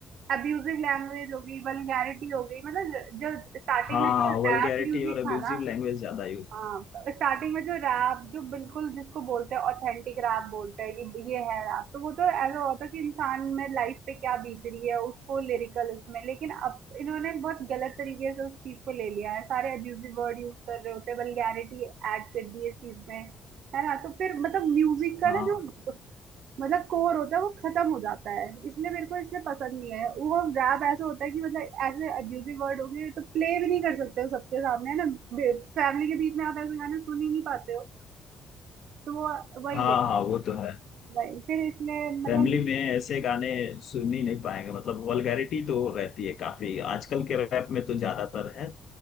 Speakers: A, on the right; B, on the left.
A: अब्यूजिव लैंग्वेज हो गई वल्गैरिटी हो गई मतलब जो स्टार्टिंग
B: हाँ
A: में जो
B: वल्गैरिटी
A: रैप म्यूजिक
B: और अब्यूजिव
A: था ना
B: लैंग्वेज ज्यादा यूज
A: हाँ स्टार्टिंग में जो रैप जो बिल्कुल जिसको बोलते हैं ऑथेंटिक रैप बोलते हैं कि ये है रैप तो वो तो ऐसा होता है कि इंसान में लाइफ पे क्या बीत रही है उसको लिरिकल उसमें लेकिन अब इन्होंने बहुत गलत तरीके से उस चीज को ले लिया है सारे अब्यूजिव वर्ड यूज कर रहे होते हैं वल्गैरिटी ऐड कर दी है इस चीज में है ना तो फिर मतलब म्यूजिक का
B: हाँ
A: ना जो मतलब कोर होता है वो खत्म हो जाता है, इसलिए मेरे को इसलिए पसंद नहीं है। वो रैप ऐसा होता है कि मतलब ऐसे अब्यूज़िव वर्ड हो गए, तो प्ले भी नहीं कर सकते हो सबके सामने, है ना? बे फैमिली के बीच में आप ऐसे गाने सुन ही नहीं पाते हो, तो वो वही
B: हाँ
A: है,
B: हाँ वो तो है
A: वही। फिर इसलिए मतलब
B: फैमिली में ऐसे गाने सुन ही नहीं पाएंगे मतलब वल्गैरिटी तो रहती है काफी आजकल के रैप में तो ज्यादातर है